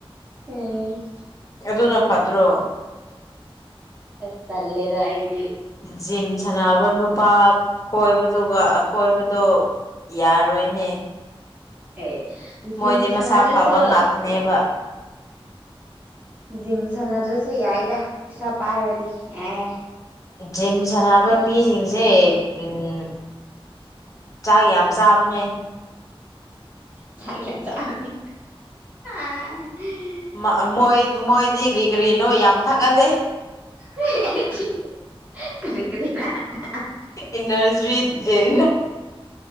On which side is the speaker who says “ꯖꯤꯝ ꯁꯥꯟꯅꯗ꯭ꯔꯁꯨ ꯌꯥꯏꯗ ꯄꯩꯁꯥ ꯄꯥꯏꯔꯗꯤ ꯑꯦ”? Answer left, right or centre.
Right